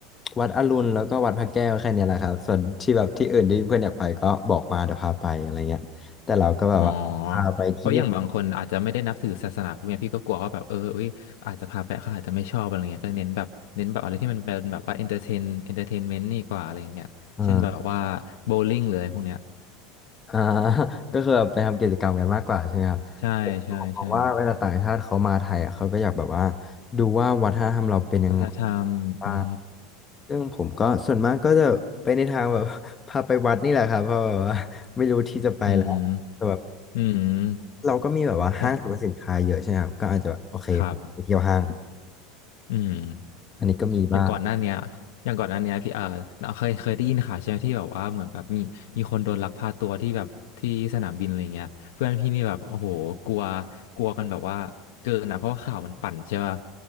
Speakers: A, on the left (about 15°); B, on the left (about 75°).
A: วัดอรุณแล้วก็วัดพระแก้วแค่เนี้ยแหละครับส่วนที่แบบที่อื่นที่เพื่อนอยากไปก็บอกมาเดี๋ยวพาไปอะไรเงี้ยแต่เราก็แบบว่าพาไปที่
B: อ๋อ เพราะอย่างบางคนอาจจะไม่ได้นับถือศาสนาพวกเนี้ยพี่ก็กลัวว่าแบบเอออุ้ยอาจจะพาไปเขาอาจจะไม่ชอบอะไรเงี้ยก็เน้นแบบเน้นแบบอะไรที่มันเป็นแบบว่าเอนเตอร์เทนเอนเตอร์เทนเมนต์นี่กว่าอะไรเงี้ยเช่นแบบว่าโบว์ลิ่งหรืออะไรพวกเนี้ย
A: อ่า อ่า <laughs> ก็คือแบบไปทำกิจกรรมกันมากกว่าใช่ไหมครับผมก็มองว่าเวลาต่างชาติเขามาไทยอ่ะเขาก็อยากแบบว่า
B: ใช่ใช่ใช่
A: ดูว่าวัฒนธรรมเราเป็นยังไง
B: วัฒนธรรมอ๋อ
A: บ้างซึ่งผมก็ส่วนมากก็จะไปในทางแบบ <laughs> พาไปวัดนี่แหละครับเพราะแบบว่า <laughs> ไม่รู้ที่จะไปแล้วแต่แบบ
B: อืมอืม
A: เราก็มีแบบว่าห้างสรรพสินค้าเยอะใช่ไหมครับก็อาจจะแบบโอเคผมไปเที่ยวห้าง
B: อย่างครับอืม
A: อันนี้ก็มีบ้าง
B: อย่างก่อนหน้าเนี้ยอย่างก่อนหน้าเนี้ยพี่เออเราเคยเคยได้ยินข่าวใช่ไหมที่แบบว่าเหมือนแบบมีมีคนโดนลักพาตัวที่แบบที่สนามบินอะไรเงี้ยเพื่อนพี่นี่แบบโอ้โหกลัวกลัวกันแบบว่าเกินอ่ะเพราะว่าข่าวมันปั่นใช่ป่ะ